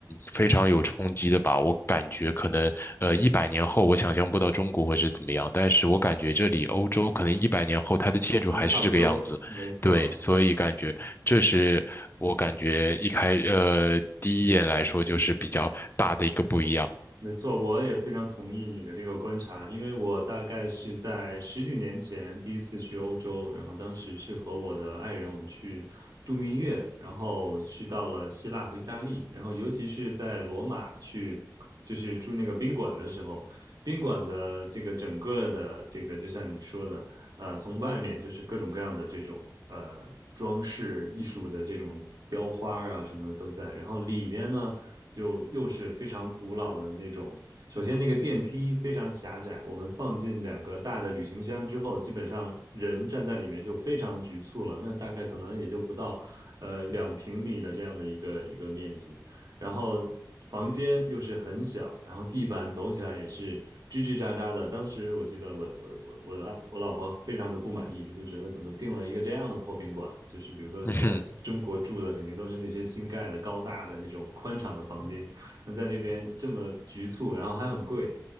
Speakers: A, on the left; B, on the right.
A: 非常有冲击的吧。我感觉可能，呃，一百年后我想象不到中国会是怎么样，但是我感觉这里欧洲可能一百年后它的建筑还是这个样子，
B: 还差不多，没错没错。
A: 对，所以感觉这是我感觉一开，呃，第一眼来说就是比较大的一个不一样。
B: 没错，我也非常同意你的这个观察，因为我大概是在十几年前第一次去欧洲，然后当时是和我的爱人我们去度蜜月，然后去到了希腊和意大利，然后尤其是在罗马去，就是住那个宾馆的时候，宾馆的这个整个的这个就像你说的，呃，从外面就是各种各样的这种呃装饰艺术的这种雕花啊什么的都在，然后里面呢。就又是非常古老的那种。首先，那个电梯非常狭窄，我们放进两个大的旅行箱之后，基本上人站在里面就非常局促了。那大概可能也就不到，呃，两平米的这样的一个一个面积。然后房间又是很小，然后地板走起来也是吱吱喳喳的。当时我记得我我我我啊我老婆非常的不满意，她就觉得怎么订了一个这样的破宾馆？就是比如说你在中国住的肯定都是那些新盖的高大的那种宽敞的房间，
A: <laughs>
B: 那在那边这么局促，然后还很贵。